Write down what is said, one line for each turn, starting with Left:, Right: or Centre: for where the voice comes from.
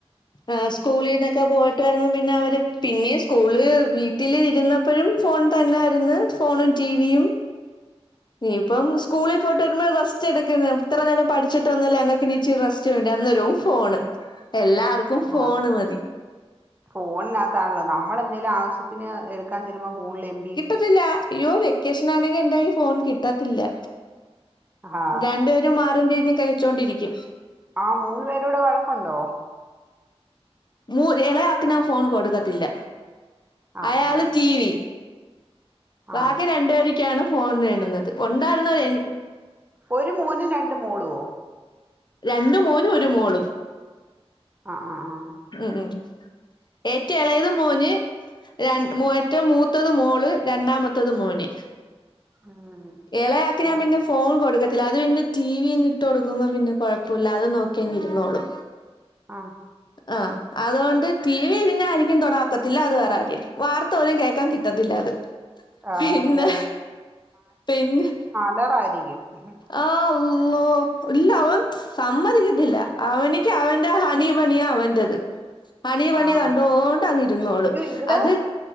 Left: അഹ് സ്കൂളിന്നെക്കെ പോയിട്ട് വരുമ്പോം പിന്നെ അവര് പിന്നേം സ്കൂൾള് വീ വീട്ടില് ഇരുന്നപ്പോഴും ഫോൺ തന്നായിര്ന്നു ഫോണും ടിവിയും
Right: <inaudible>
Left: നീ ഇപ്പം സ്കൂളി ട്ടെരുമ്പം റസ്റ്റ് എട്ക്ക്ന്ന് ഇത്ര നേരം പഠിച്ചിട്ട് വന്നല്ലേ അങ്ങക്ക് ഇനി ഇീച്ചിരി റെസ്റ്റ് വേണ്ടെ അന്നേരവും ഫോണ് എല്ലാർക്കും
Right: ആ
Left: ഫോണ് മതി
Right: ഫോണിനകത്താണല്ലോ നമ്മളെന്തെങ്കിലും ആവശ്യത്തിന് എടുക്കാൻ ചെല്ലുമ്പോ ഫോണില് എ
Left: കിട്ടത്തില്ല അയ്യോ വെക്കേഷനാണെങ്കിൽ എന്റെ കയ്യി ഫോണ് കിട്ടത്തില്ല
Right: ആ
Left: രണ്ട്പേരും മാറിം തിരിഞ്ഞ് കയ് വെച്ചോണ്ടിരിക്കും
Right: ആഹ് മൂന്ന് പേരൂടെ വഴക്കുണ്ടോ
Left: മൂ ഇളയാക്ക് ഞാൻ ഫോൺ കൊടുക്കത്തില്ല
Right: ആ
Left: അയാള്
Right: ആ
Left: ടി വി ബാക്കി
Right: ആ
Left: രണ്ടുപേര്ക്കാണ് ഫോൺ വേണ്ന്നത് ഉണ്ടായിരുന്നതേനു
Right: ഒര് മോനും രണ്ട് മോളുവോ
Left: രണ്ട് മോനും ഒരു മോളും
Right: ആഹ് ആഹ് ആഹ്
Left: ഉം ഉം ഏറ്റ എളയത് മോന് രൺ ഏറ്റവും മൂത്തത് മോള് രണ്ടാമത്തത് മോന്
Right: ഉം.
Left: ഇളയാക്കി
Right: ആ
Left: ഞാൻ പിന്നെ ഫോൺ കൊടുക്കത്തില്ല അത് പിന്നെ ടി വി ഇങ് ഇട്ട് കൊടുക്കുമ്പോ പിന്നെ കുഴപ്പമില്ലാതെ നോക്കിയി ഇരുന്നോളും
Right: ആഹ്
Left: ആഹ് അതുകൊണ്ട് ടി വി പിന്നെ ആർക്കും തൊടാക്കത്തില്ല അത് വേറെകാര്യം വാർ ത്തോലും കേക്കാൻ കിട്ടത്തില്ല അത്
Right: ആ,
Left: പിന്നെ
Right: അതെ അതെ
Left: പിന്നെ
Right: <unintelligible>
Left: ഓഹ് വൂ ഇല്ല അവൻ സമ്മതിക്കത്തില്ല അവനക്ക് അവൻന്റെ ഹണി ബണിയാ അവൻറത് ഹണി ബണി
Right: ആ
Left: കണ്ടോണ്ടങ്ങിരുന്നോളു
Right: അയ്യോ ഇവിടെ
Left: അത്